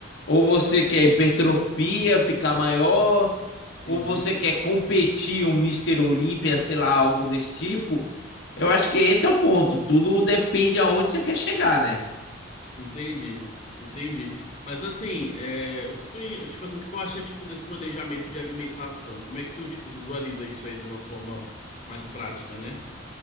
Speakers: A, on the left (about 60°); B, on the left (about 35°).
A: Ou você quer hipertrofia, ficar maior,
B: Uhum.
A: ou você quer competir um Mister Olímpia, sei lá, algo desse tipo. Eu acho que esse é o ponto. Tudo depende aonde você quer chegar, né?
B: Entendi, entendi. Mas assim, é, o que tu, tipo assim, o que tu acha tipo desse planejamento de alimentação? Como é que tu tipo visualiza isso aí de uma forma mais prática, né?